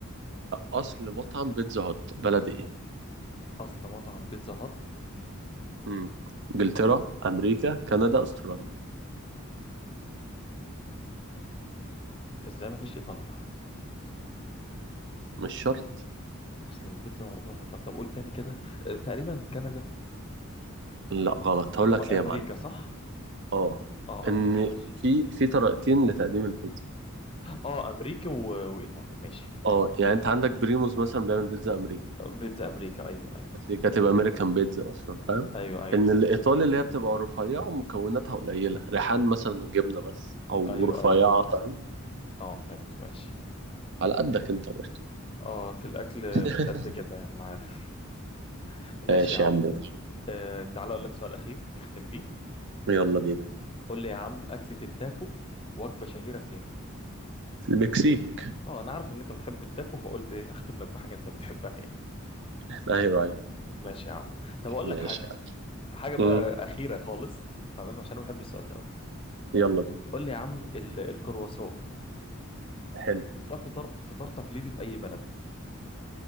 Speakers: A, on the right; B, on the left.
A: أصل مطعم بيتزا هوت بلد إيه؟
B: اصل مطعم بيتزا هات
A: مم. إنجلترا أمريكا كندا أستراليا
B: ازاي ما فيش ايطاليا
A: مش شرط
B: اصل البيتزا معروفه في ايطاليا طب قول تاني كده آه، تقريبا كندا
A: لا غلط هقول
B: م-
A: لك
B: امريكا
A: ليه يا معلم
B: صح
A: أه
B: اه
A: إن
B: امريكا ماشي
A: في في طريقتين لتقديم البيتزا
B: اه امريكا و... وايطالي ماشي
A: أه يعني أنت عندك بريموز مثلا بيعمل بيتزا أمريكي
B: بيتزا امريكا ايوه ايوه
A: هتلاقيك هتبقى امريكان بيتزا اصلا فاهم
B: ايوه ايوه
A: ان
B: فاهم
A: الايطالي
B: فاهم
A: اللي هي بتبقى رفيعه ومكوناتها قليله ريحان مثلا وجبنه بس او
B: ايوه
A: رفيعه
B: ايوه ايوه
A: فاهم
B: اه فهمت ماشي
A: على قدك انت برضه
B: اه في الاكل
A: <laughs>
B: مش قد كده انا عارف ماشي
A: ماشي
B: يا عم
A: يا عم مدحت.
B: آه تعالى اقول لك سؤال اخير نختم بيه
A: يلا بينا
B: قول لي يا عم اكله التاكو وجبه شهيره فين
A: في المكسيك
B: اه انا عارف ان انت بتحب التاكو فقلت ايه اختم لك بحاجه انت بتحبها يعني
A: <laughs> ايوه ايوه
B: ماشي يا عم طب اقول
A: ماشي
B: لك حاجه
A: يا عم
B: حاجه بقى
A: مم.
B: اخيره خالص تمام عشان انا بحب السؤال ده قوي
A: يلا بينا
B: قول لي يا عم ال- الكرواسون
A: حلو
B: ده فطار فطار تقليدي في اي بلد